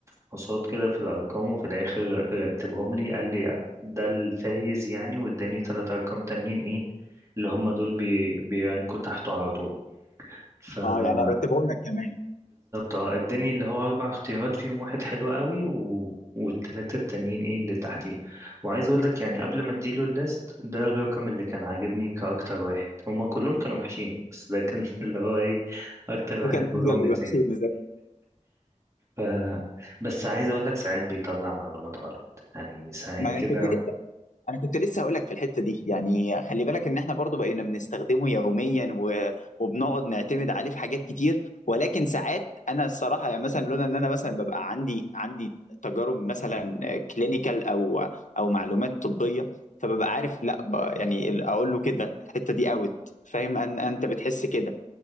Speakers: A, on the right; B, on the left.
A: فحوصات كده في الأرقام وفي الآخر رتبهم لي قال لي ده الفايز يعني واداني تلات أرقام تانيين ايه اللي هم دول بي... بيرانكوا تحته على طول فبالظبط
B: اه يعني ارتبهم لك كمان
A: اه اداني اللي هو اربع اختيارات فيهم واحد حلو قوي و... والتلاتة التانيين ايه اللي تحتيه وعايز اقول لك يعني قبل ما اديله الليست ده الرقم اللي كان عاجبني كاكتر واحد هما كلهم كانوا وحشين بس ده كان <laughs> اللي هو ايه اكتر واحد
B: ده كان افضل
A: بروميسنج
B: شيء
A: ف بس عايز اقول لك ساعات بيطلع معلومات غلط يعني ساعات
B: ما انا
A: كده
B: كنت انا كنت لسه هقول لك في الحته دي يعني خلي بالك ان احنا برضو بقينا بنستخدمه يوميا و... وبنقعد نعتمد عليه في حاجات كتير ولكن ساعات انا الصراحه يعني مثلا لولا ان انا مثلا ببقى عندي عندي تجارب مثلا كلينيكال او او معلومات طبيه فببقى عارف لا ب... يعني اقول له كده الحته دي اوت فاهم ان انت بتحس كده